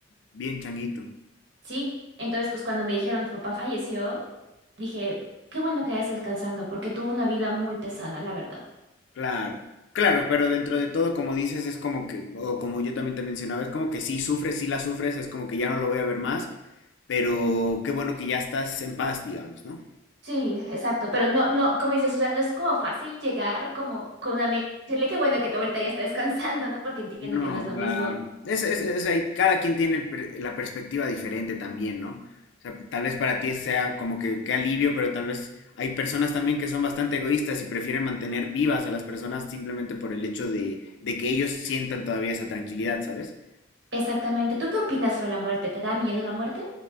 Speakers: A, on the left (about 65°); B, on the right (about 60°).
A: bien changuito.
B: Sí, entonces, pues cuando me dijeron tu papá falleció, dije, qué bueno que ya estés descansando, porque tuvo una vida muy pesada, la verdad.
A: Claro, claro, pero dentro de todo, como dices, es como que, o como yo también te mencionaba, es como que sí sufres, sí la sufres, es como que ya no lo voy a ver más, pero qué bueno que ya estás en paz, digamos, ¿no?
B: Sí, exacto, pero no, no, como dices, o sea, no es como fácil llegar como con una amiga y decirle qué bueno que tu vuelta ya está descansando, ¿no? Porque entiendo
A: No,
B: que no es lo
A: claro.
B: mismo.
A: Es, es, es ahí, cada quien tiene el per- la perspectiva diferente también, ¿no? O sea, tal vez para ti sea como que qué alivio, pero tal vez hay personas también que son bastante egoístas y prefieren mantener vivas a las personas simplemente por el hecho de, de que ellos sientan todavía esa tranquilidad, ¿sabes?
B: Exactamente. ¿Tú qué opinas sobre la muerte? ¿Te da miedo la muerte?